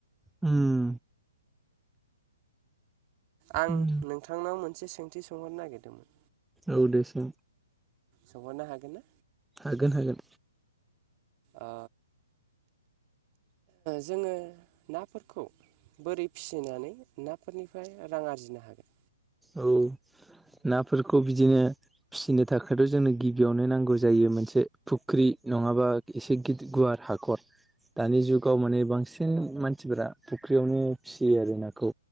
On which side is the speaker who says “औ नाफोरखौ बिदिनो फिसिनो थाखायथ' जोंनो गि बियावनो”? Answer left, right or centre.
Centre